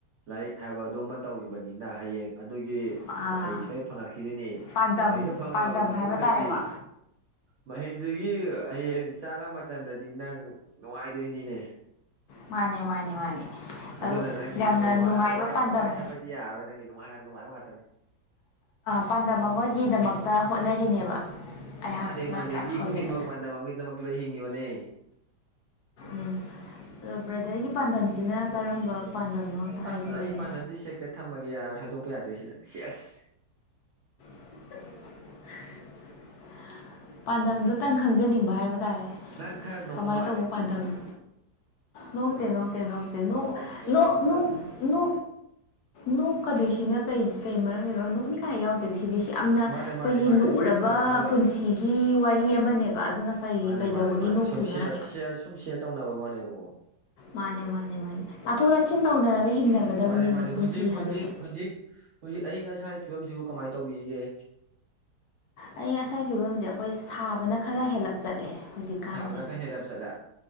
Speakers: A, on the right; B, on the left.
A: ꯂꯥꯏꯔꯤꯛ ꯍꯥꯏꯕ ꯑꯗꯨꯃ ꯇꯧꯔꯤꯕꯅꯤꯅ ꯍꯌꯦꯡ ꯑꯗꯨꯒꯤ
B: ꯑꯥ
A: ꯃꯍꯩ ꯁꯣꯏ ꯐꯪꯉꯛꯈꯤꯗꯣꯏꯅꯦ
B: ꯄꯥꯟꯗꯝ
A: ꯃꯍꯩꯗꯨꯣ ꯐꯪꯉꯛꯑꯕ
B: ꯄꯥꯟꯗꯝ
A: ꯃꯇꯨꯡꯗꯗꯤ
B: ꯍꯥꯏꯕ ꯇꯥꯔꯦꯀꯣ
A: ꯃꯍꯩꯗꯨꯒꯤ ꯍꯌꯦꯡ ꯆꯥꯔ ꯃꯇꯝꯗꯗꯤ ꯅꯪ ꯅꯨꯡꯉꯥꯏꯗꯣꯏꯅꯤꯅꯦ
B: ꯃꯥꯅꯦ ꯃꯥꯅꯦ ꯃꯥꯅꯦ ꯑꯗꯨ
A: ꯑꯗꯨꯅ ꯅꯪꯒꯤꯗꯤ
B: ꯌꯥꯝꯅ
A: ꯋꯥꯏ
B: ꯅꯨꯡꯉꯥꯏꯕ ꯄꯥꯟꯗꯝ
A: ꯍꯥꯏꯕꯗꯤ ꯌꯥꯔꯣꯏ ꯅꯪꯒꯤ ꯅꯨꯡꯉꯥꯏ ꯅꯨꯡꯉꯥꯏꯕ ꯉꯥꯛꯇꯅꯤ
B: ꯄꯥꯟꯗꯝ ꯑꯃꯒꯤꯗꯃꯛꯇ ꯍꯣꯠꯅꯔꯤꯅꯦꯕ ꯑꯩꯍꯥꯛꯁꯨ
A: ꯃꯥꯅꯦ
B: ꯅꯠꯇ꯭ꯔꯥ
A: ꯃꯥꯅꯦ ꯃꯤ
B: ꯍꯧꯖꯤꯛ
A: ꯈꯨꯗꯤꯡꯃꯛ ꯄꯥꯟꯗꯝ ꯑꯃꯒꯤꯗꯃꯛꯇ ꯂꯣꯏ ꯍꯤꯡꯉꯤꯕꯅꯦ
B: ꯎꯝ ꯑꯣ ꯕ꯭ꯔꯗꯔꯒꯤ ꯄꯥꯟꯗꯝꯁꯤꯅ ꯀꯔꯝꯕ ꯄꯥꯟꯗꯝꯅꯣ ꯍꯥꯏꯕꯤꯌꯨꯅꯦ
A: ꯑꯁ ꯑꯩ ꯄꯥꯟꯗꯝꯗꯤ ꯁꯦꯀ꯭ꯔꯦꯠ ꯊꯝꯃꯒꯦ ꯌꯥꯔ ꯍꯥꯏꯗꯣꯛꯄ ꯌꯥꯗ꯭ꯔꯦ ꯁꯤꯗ ꯁꯤ ꯑꯁ
B: <inaudible> ꯄꯥꯟꯗꯝꯗꯨꯇꯪ ꯈꯪꯖꯅꯤꯡꯕ ꯍꯥꯏꯕ ꯇꯥꯔꯦ
A: ꯅꯪ ꯈꯔ ꯅꯣꯛꯄ
B: ꯀꯃꯥꯏꯅ
A: ꯃꯥꯜꯂꯦ
B: ꯇꯧꯕ ꯄꯥꯟꯗꯝꯅꯣ ꯅꯣꯛꯇꯦ ꯅꯣꯛꯇꯦ ꯅꯣꯛꯇꯦ
A: ꯑꯣ ꯑꯩ
B: ꯅꯣꯡ
A: ꯑꯩꯗꯤ ꯅꯪ
B: ꯅ ꯅꯣꯛꯀꯗꯣꯏꯁꯤꯅ ꯀꯩ ꯀꯩ ꯃꯔꯝꯒꯤꯅꯣ ꯅꯣꯛꯅꯤ ꯀꯥꯏ ꯌꯥꯎꯗꯦꯗ ꯁꯤꯗꯤ ꯁꯤ ꯌꯥꯝꯅ
A: ꯃꯥꯅꯦ
B: ꯑꯩꯈꯣꯏꯒꯤ
A: ꯃꯥꯅꯦ ꯃꯥꯅꯦ
B: ꯂꯨꯔꯕ
A: ꯌꯥꯝꯅ ꯍꯣꯏ
B: ꯄꯨꯟꯁꯤꯒꯤ ꯋꯥꯔꯤ ꯑꯃꯅꯦꯕ ꯑꯗꯨꯅ ꯀꯔꯤ
A: ꯃꯥꯅꯦ
B: ꯀꯩꯗꯧꯕꯒꯤ
A: ꯃꯥꯅꯦ ꯃꯥꯅꯦ
B: ꯅꯣꯛꯇꯣꯏꯅꯣ
A: ꯁꯨꯝꯌꯥꯔ
B: ꯅꯠꯇ꯭ꯔꯥ
A: ꯁꯤꯌꯥꯔ ꯁꯨꯝꯁꯤꯌꯔ ꯇꯥꯎ ꯕ ꯋꯥꯅꯦꯕꯀꯣ
B: ꯃꯥꯅꯦ ꯃꯥꯅꯦ ꯃꯥꯅꯦ ꯇꯥꯊꯣꯛ ꯇꯥꯁꯤꯟ ꯇꯧꯅꯔꯒ ꯍꯤꯡꯅꯒꯗꯕꯅꯤꯅꯦ
A: ꯃꯥꯅꯦ ꯃꯥꯅꯦ ꯍꯧꯖꯤꯛ
B: ꯄꯨꯟꯁꯤ
A: ꯍꯧꯖꯤꯛ
B: ꯍꯥꯏꯕꯁꯦ
A: ꯍꯧꯖꯤꯛ ꯍꯧꯖꯤꯛ ꯑꯏꯤꯡ ꯑꯁꯥꯒꯤ ꯐꯤꯕꯝꯁꯤꯕꯨ ꯀꯃꯥꯏꯅ ꯇꯧꯕꯤꯔꯤꯒꯦ
B: ꯑꯌ ꯉꯁꯥꯒꯤ ꯐꯤꯕꯝꯁꯦ ꯑꯩꯈꯣꯏ ꯁꯥꯕꯅ ꯈꯔ ꯍꯦꯜꯂꯛꯄ ꯆꯠꯂꯦ ꯍꯧꯖꯤꯛꯀꯥꯟꯁꯦ
A: ꯁꯥꯕꯅ ꯈꯔ ꯍꯦꯜꯂꯞ ꯆꯠꯂꯦ